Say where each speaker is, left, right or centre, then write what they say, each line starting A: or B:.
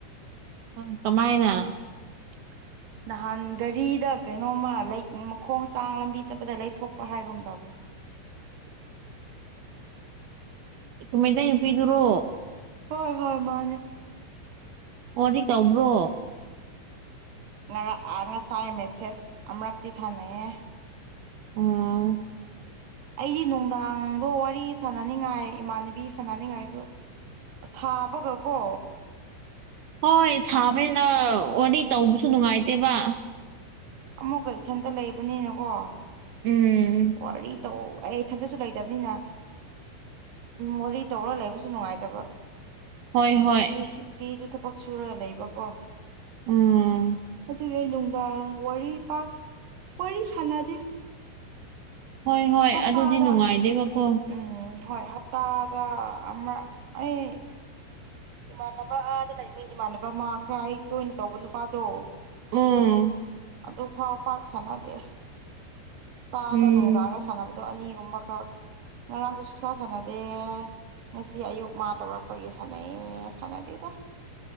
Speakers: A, on the right; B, on the right.
A: ꯑ ꯀꯃꯥꯏꯅ
B: <unintelligible> ꯅꯍꯥꯟ ꯒꯥꯔꯤꯗ ꯀꯩꯅꯣꯝꯃ ꯂꯩ ꯃꯈꯣꯡ ꯆꯥꯡ ꯂꯝꯕꯤ ꯆꯠꯄꯗ ꯂꯩꯊꯣꯛꯄ ꯍꯥꯏꯕꯒꯨꯝ ꯇꯧꯕꯅꯦ
A: ꯃꯩꯇꯩ ꯅꯨꯄꯤꯗꯨꯔꯣ
B: ꯍꯣꯏ ꯍꯣꯏ ꯃꯥꯅꯦ
A: ꯐꯣꯟꯗꯤ ꯇꯧꯕ꯭ꯔꯣ
B: ꯉꯔꯥꯡ ꯑ ꯉꯁꯥꯏ ꯃꯦꯁꯦꯁ ꯑꯃꯨꯔꯛꯇꯤ ꯊꯥꯅꯩꯌꯦ
A: ꯑꯥ
B: ꯑꯩꯗꯤ ꯅꯨꯡꯗꯥꯡꯗꯣ ꯋꯥꯔꯤ ꯁꯥꯟꯅꯅꯤꯡꯉꯥꯏ ꯏꯃꯥꯟꯅꯕꯤ ꯁꯥꯟꯅꯅꯤꯡꯉꯥꯏꯁꯨ ꯁꯥꯕꯒ ꯀꯣ
A: ꯍꯣꯏ ꯁꯥꯕꯅꯤꯅ ꯋꯥꯔꯤ ꯇꯧꯕꯁꯨ ꯅꯨꯡꯉꯥꯏꯇꯦꯕ
B: ꯑꯃꯨꯛꯀ ꯏꯊꯟꯇ ꯂꯩꯕꯅꯤꯅꯀꯣ
A: ꯎꯝ
B: ꯋꯥꯔꯤ ꯇꯧ ꯑꯩ ꯏꯊꯟꯗꯁꯨ ꯂꯩꯇꯕꯅꯤꯅ ꯋꯥꯔꯤ ꯇꯧꯔ ꯂꯩꯕꯁꯨ ꯅꯨꯡꯉꯥꯏꯇꯕ
A: ꯍꯣꯏ ꯍꯣꯏ
B: ꯆꯦ ꯆꯦꯁꯨ ꯊꯕꯛ ꯁꯨꯔꯒ ꯂꯩꯕꯀꯣ
A: ꯎꯝ
B: ꯑꯗꯨꯒꯤ ꯑꯩ ꯅꯨꯡꯗꯥꯡ ꯋꯥꯔꯤ ꯄꯥꯛ ꯋꯥꯔꯤ ꯁꯥꯟꯅꯗꯦ
A: ꯍꯣꯏ ꯍꯣꯏ
B: ꯍꯞꯇꯥꯗ
A: ꯑꯗꯨꯗꯤ ꯅꯨꯡꯉꯥꯏꯗꯦꯕꯀꯣ
B: ꯎꯝ ꯍꯣꯏ ꯍꯞꯇꯥꯗ ꯑꯃ ꯑꯩ ꯏꯃꯥꯟꯅꯕ ꯑꯥꯗ ꯂꯩꯕ ꯏꯃꯥꯟꯅꯕ ꯃꯥ ꯈꯔ ꯑꯩ ꯇꯣꯏꯅ ꯇꯧꯕ ꯅꯨꯄꯥꯗꯣ
A: ꯎꯝ
B: ꯑꯗꯨꯐꯥꯎ ꯄꯥꯛ ꯁꯥꯟꯅꯗꯦ ꯇꯥꯗ
A: ꯎꯝ
B: ꯅꯨꯡꯗꯥꯡꯒ ꯁꯥꯟꯅꯕ ꯑꯣ ꯑꯅꯤꯒꯨꯝꯕ ꯈꯛ ꯉꯔꯥꯡꯁꯨ ꯁꯨꯡꯁꯥꯟ ꯁꯥꯟꯅꯗꯦ ꯉꯁꯤ ꯑꯌꯨꯛ ꯃꯥ ꯇꯧꯔꯛꯄꯒꯤ ꯁꯥꯟꯅꯩ ꯑ‌ꯣ ꯁꯥꯟꯅꯗ‌ꯦꯗ